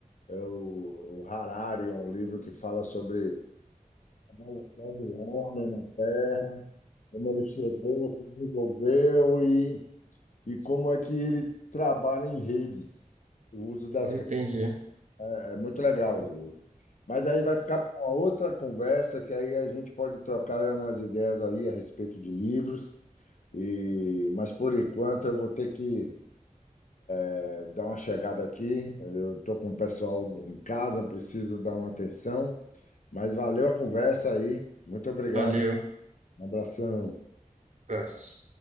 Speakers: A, on the left; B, on the right.
A: é o, o Harari, é um livro que fala sobre a evolução do homem na Terra, como ele chegou, se desenvolveu e e como é que ele trabalha em redes, o uso das
B: Entendi.
A: redes. É muito legal. Mas aí vai ficar para uma outra conversa, que aí a gente pode trocar umas ideias aí a respeito de livros. E, mas por enquanto eu vou ter que eh, dar uma chegada aqui. Eu estou com o pessoal em casa, preciso dar uma atenção. Mas valeu a conversa aí. Muito obrigado.
B: Valeu,
A: Um abração.
B: abraço.